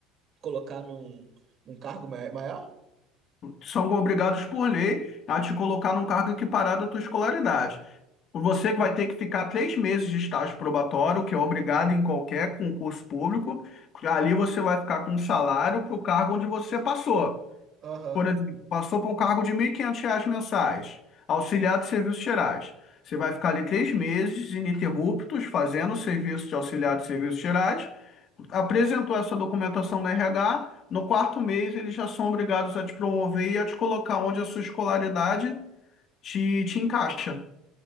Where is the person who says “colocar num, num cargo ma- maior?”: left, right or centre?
Right